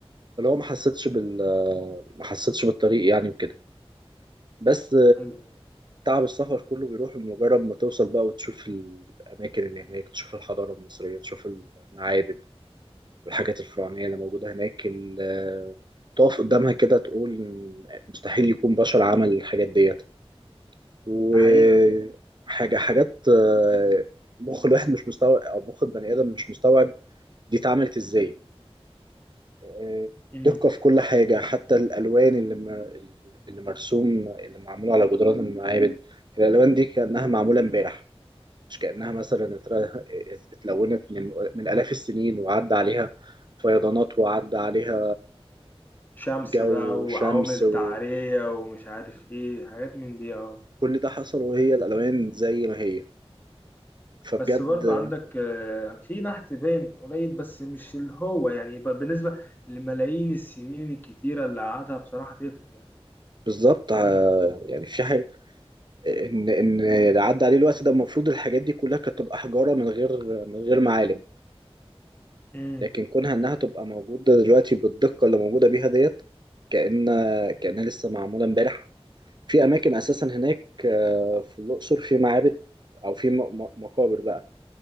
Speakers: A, on the right (about 45°); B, on the left (about 20°).
A: فلو ما حسيتش بال ما حسيتش بالطريق يعني وكده بس
B: حلو
A: تعب السفر كله بيروح مجرد ما توصل بقى وتشوف الأماكن اللي هناك تشوف الحضارة المصرية تشوف المعابد والحاجات الفرعونية اللي موجودة هناك ال- تقف قدامها كده تقول إن مستحيل يكون بشر عمل الحاجات ديت وحاجة
B: ده حقيقة
A: حاجات آه، مخ الواحد مش مستوعب أو مخ البني آدم مش مستوعب دي اتعملت إزاي آه،
B: مم.
A: دقة في كل حاجة حتى الألوان اللي م- اللي مرسوم اللي معمول على جدران المعابد الألوان دي كأنها معمولة امبارح مش كأنها مثلا اتر- اتلونت من من آلاف السنين وعدى عليها فيضانات وعدى عليها
B: شمس
A: جو
B: بقى
A: شمس
B: وعوامل
A: وكل
B: تعرية ومش عارف ايه حاجات من دي اه
A: ده حصل وهي الألوان زي ما هي فبجد
B: بس برضو عندك آه، في نحت باين قليل بس مش اللي هو يعني ب- بالنسبة لملايين السنين الكتيرة اللي قعدها بصراحة تفرق يعني
A: بالظبط
B: فاهم؟
A: آه، يعني في حاجة إن إن اللي عدى عليه الوقت ده المفروض الحاجات دي كلها كانت تبقى حجارة من غير من غير معالم
B: امم
A: لكن كونها إنها تبقى موجودة دلوقتي بالدقة اللي موجودة بيها ديت كأن كأنها لسه معمولة إمبارح في اماكن اساسا هناك آه، في الاقصر في معابد او في م- م- مقابر بقى